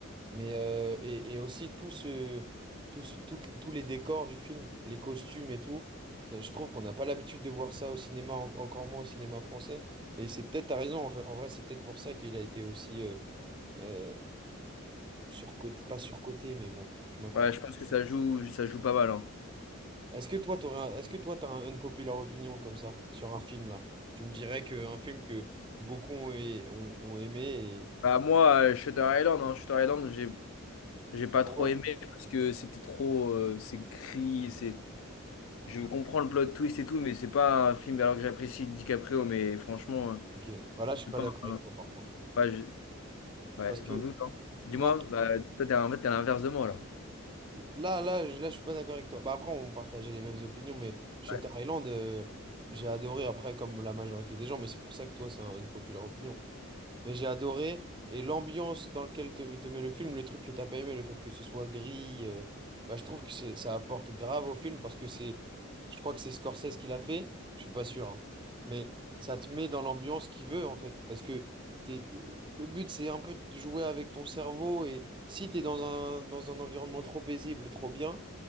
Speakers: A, on the right (about 20°); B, on the left (about 75°).
A: Mais, euh, et, et aussi, tout ce, tout ce- toutes- tous les décors du film, les costumes et tout, ça, je trouve qu'on n'a pas l'habitude de voir ça au cinéma, en- encore moins au cinéma français. Et c'est peut-être, t'as raison, en fait, en vrai, c'est peut-être pour ça qu'il a été aussi euh, euh, surcoté, pas surcoté, mais bon, tu m'as compris.
B: Ouais, je pense que ça joue, ça joue pas mal. hein.
A: Est-ce que toi, t'aurais un- est-ce que toi, t'as un unpopular opinion comme ça, sur un film là? Tu me dirais qu'un film que beaucoup ont, ont- ont aimé et.
B: Bah, moi, euh, Shutter Island, hein, Shutter Island, j'ai, j'ai pas
A: Ah
B: trop
A: Ouais.
B: aimé parce que c'était trop, euh, c'est gris, c'est, je comprends le plot twist et tout, mais c'est pas un film alors que j'apprécie DiCaprio, mais franchement, euh,
A: Ok, bah là je suis
B: c'est
A: pas
B: pas,
A: d'accord avec
B: un-
A: toi par contre.
B: bah, je- ouais,
A: Parce
B: j'en
A: que,
B: doute. hein. Dis-moi,
A: enfin,
B: bah, toi, t'es en fait, t'es à l'inverse de moi là.
A: là, là, je- là je suis pas d'accord avec toi. Bah après on partageait les mêmes opinions, mais Shutter
B: Ouais,
A: Island, euh, j'ai adoré après comme la majorité des gens, mais c'est pour ça que toi c'est un- une populaire opinion. Mais j'ai adoré. Et l'ambiance dans laquelle te, te met le film, le truc que t'as pas aimé, le fait que ce soit gris, euh, bah, je trouve que c'est, ça apporte grave au film parce que c'est, je crois que c'est Scorsese qui l'a fait, je suis pas sûr, hein. Mais ça te met dans l'ambiance qu'il veut en fait, parce que t'es- t'es- le but c'est un peu de jouer avec ton cerveau et si t'es dans un, dans un environnement trop paisible, trop bien,